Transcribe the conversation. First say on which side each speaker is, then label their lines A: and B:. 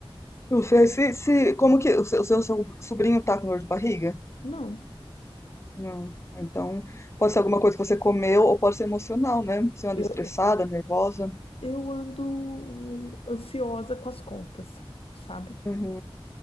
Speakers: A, on the left; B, on the left.
A: Não sei se, se como que o seu, o seu so- sobrinho tá com dor de barriga?
B: Não.
A: Não. Então, pode ser alguma coisa que você comeu ou pode ser emocional, né? Você anda
B: Eu,
A: estressada, nervosa.
B: eu ando ansiosa com as contas, sabe?
A: Uhum.